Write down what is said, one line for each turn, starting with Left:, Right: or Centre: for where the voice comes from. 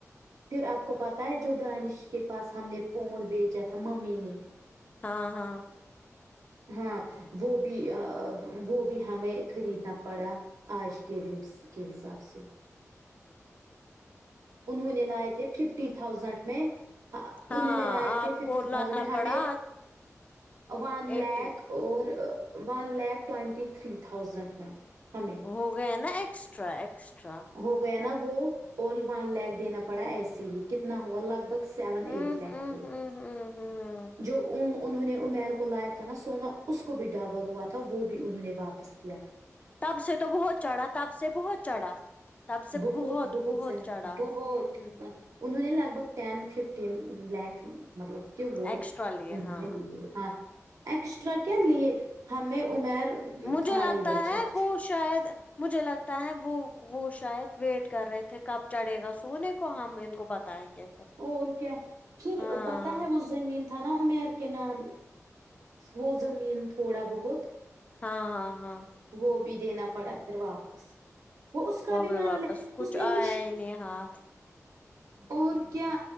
Right: پھر آپ کو پتا ہے جو دانش کے پاس ہم نے پونڈ بیچا تھا ممی نے
Left: ہاں ہاں
Right: ہاں وہ بھی وہ بھی ہمیں خریدنا پڑا آج کے ریٹ سے کے حساب سے انہوں نے لائے تھے ففٹی تھاؤزینڈ میں ہاں
Left: ہاں
Right: انہیں لے لئے تھے
Left: آپ
Right: ففٹی
Left: کو لانا
Right: تھازینڈ میں ہمیں
Left: پڑا
Right: ون لھک
Left: ایٹی
Right: اور one lakh twenty three thousand میں ہمیں
Left: ہو گیا نا ایکسٹرا ایکسٹرا
Right: ہو گیا نا وہ اور ون لیک دینا پڑا ایسے ہی کتنا ہوا لگ بھگ سیون
Left: ہوں
Right: ایٹ لیک
Left: ہوں
Right: ہوئے
Left: ہوں ہوں ہوں
Right: جو اں انہوں نے امیر کو لایا تھا نا سونا اس کو بھی ڈابول ہوا تھا وہ بھی انہوں نے واپس دیا
Left: تب سے تو بہت چڑھا تب سے بہت چڑھا تب سے
Right: بہت بہت زد
Left: چڑھا
Right: بہت
Left: ہ
Right: انہ نے لگ بھ ٹین ففٹین لیک مطلب کہ وہ
Left: ایکسٹرا لیے
Right: انہوں
Left: ہاں
Right: نے لیے ہاں ایکسٹرا کیا لیے ہمیں عمیر
Left: مجھے
Right: خالی
Left: لگتا
Right: بچا
Left: ہے وہ شاید مجھے لگتا ہے وہ وہ شاید ویٹ کر رہے تھے کب چڑھے گا سونے کو ہم ان کو بتائیں گے پھر
Right: اور کیا پھر
Left: ہاں
Right: پتا ہے وہ زمین تھا نا امیر کے نام وہ زمین تھوڑا بہت
Left: ہاں ہاں ہاں
Right: وہ بھی دینا پڑا پھر واپس وہ اس کابھی مان
Left: بھی واپس
Right: لے
Left: کچھ
Right: اس نے
Left: آیا
Right: لش
Left: ہی نہیں ہاتھ
Right: اور کیا